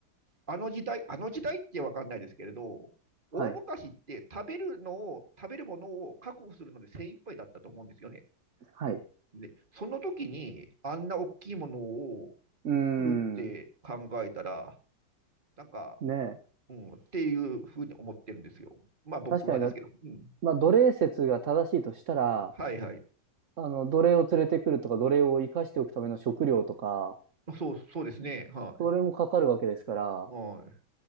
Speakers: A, on the right; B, on the right.
A: あの時代、あの時代ってわかんないですけれど、大昔って食べるのを、
B: はい。
A: 食べるものを確保するので精一杯だったと思うんですよね。
B: はい。
A: で、その時にあんな大きいものを作るって考えたら、
B: うーん。
A: なんか、
B: ねえ。
A: うん、っていうふうに思ってるんですよ。まあ僕はですけど。
B: 確かにだ、
A: うん。
B: まあ、奴隷説が正しいとしたら、
A: はいはい。
B: あの、奴隷を連れてくるとか、奴隷を生かしておくための食料とか、
A: そう、そうですね。は
B: それもかかるわけですから、
A: い。は